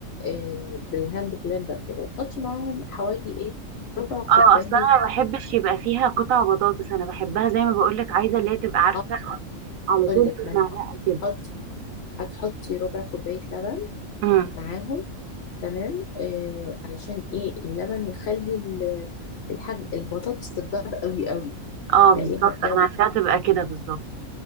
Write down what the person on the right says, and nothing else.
اه اصلا انا ما بحبش يبقى فيها قطع بطاطس انا بحبها زي ما بقولك عايزه اللي هي تبقى عارفه
على طول
في المعلقه
كده
امم
اه
بالظبط
انا عايزاها تبقى كده بالظبط